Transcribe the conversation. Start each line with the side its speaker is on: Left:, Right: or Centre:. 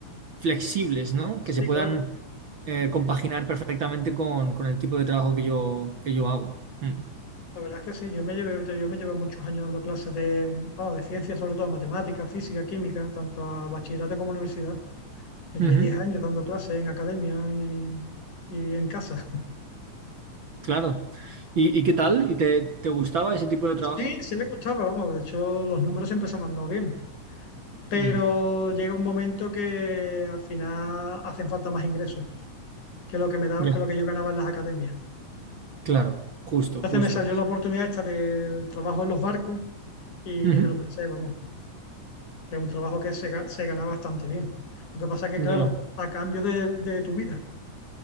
Right: flexibles, ¿no?
Left: Sí,
Right: Que se puedan
Left: claro.
Right: eh, compaginar perfectamente con, con el tipo de trabajo que yo, que yo hago. Mm.
Left: La verdad es que sí, yo me llevé, yo me llevé muchos años dando clases de, bueno, de ciencias, sobre todo matemáticas, física, química, tanto a bachillerato como a universidad. Me
Right: Ujú,
Left: llevé 10 años dando clases en academia y, y en casa.
Right: claro. ¿Y, y qué tal? ¿Y te, te gustaba ese tipo de trabajo?
Left: Sí, sí me gustaba, vamos, de hecho los números siempre se me han dado bien, pero
Right: Mm,
Left: llega un momento que al final hacen falta más ingresos que lo que me daba,
Right: ya,
Left: que lo que yo ganaba en las academias.
Right: claro, justo,
Left: Entonces
Right: justo.
Left: me salió la oportunidad esta del trabajo en los barcos y
Right: Ujú,
Left: ni me lo pensé, vamos. que es un trabajo que se, ga- se gana bastante bien. Lo que pasa que,
Right: ya.
Left: claro, a cambio de, de tu vida.